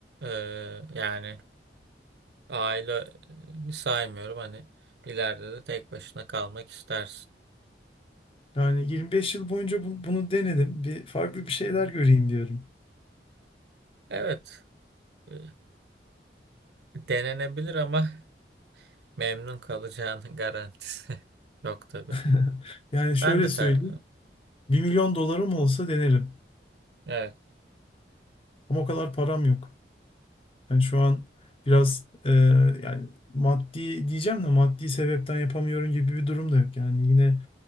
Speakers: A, on the right; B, on the left.
A: e, yani aile e, saymıyorum hani ileride de tek başına kalmak istersin.
B: Yani 25 yıl boyunca bu- bunu denedim. Bir farklı bir şeyler
A: Hı.
B: göreyim diyorum.
A: Evet. e, Denenebilir ama memnun kalacağının garantisi <laughs> yok tabii.
B: <laughs> Yani şöyle
A: Ben de
B: söyleyeyim.
A: ter.
B: bir milyon dolarım olsa denerim.
A: Evet.
B: Ama o kadar param yok. Yani şu an biraz e, yani maddi diyeceğim de maddi sebepten yapamıyorum gibi bir durum da yok. Yani yine